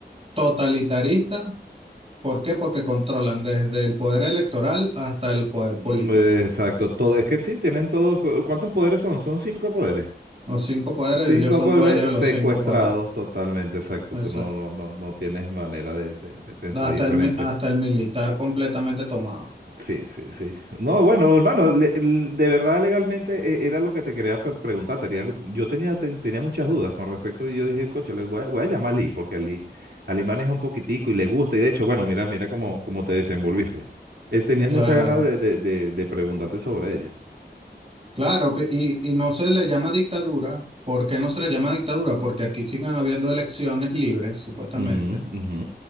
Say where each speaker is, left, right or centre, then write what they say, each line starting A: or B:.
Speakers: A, on the right; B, on the right.
A: totalitarista. ¿Por qué? Porque controlan desde el poder electoral hasta el poder
B: Mm,
A: político.
B: Exacto, todo. Es que sí, tienen todos. cu- ¿Cuántos poderes son? Son cinco poderes.
A: Los cinco poderes,
B: Cinco
A: ellos son
B: poderes
A: dueños de los
B: secuestrados
A: cinco poderes.
B: totalmente, exacto.
A: Eso.
B: Tú no, no, no, no tienes manera de, de- de pensar
A: No, Hasta
B: diferente.
A: el, mi- hasta el militar completamente tomado.
B: Sí, sí, sí. No, bueno, hermano, le- l- de verdad legalmente eh, era lo que te quería pe- preguntar. Tenía- yo tenía, ten- tenía muchas dudas con respecto y yo dije, coche, le voy a, voy a llamar a Lee, porque a Lee, a Lee maneja un poquitico y le gusta. Y de hecho, bueno, mira, mira cómo, cómo te desenvolviste. Eh, tenía muchas
A: Claro,
B: ganas de, de, de de preguntarte sobre ello.
A: claro, pe- y, y no se le llama dictadura. ¿Por qué no se le llama dictadura? Porque aquí siguen habiendo elecciones libres, supuestamente,
B: Ujú, ujú.